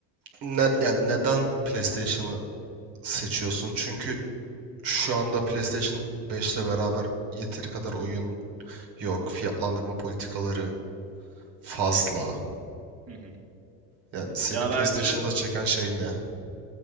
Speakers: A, on the right; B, on the right.
A: ne, ya neden PlayStation'ı seçiyorsun? Çünkü şu anda PlayStation 5 ile beraber yeteri kadar oyun yok. Fiyatlandırma politikaları fazla.
B: Hı hı.
A: Yani seni
B: Ya
A: PlayStation'da
B: bence
A: çeken şey ne?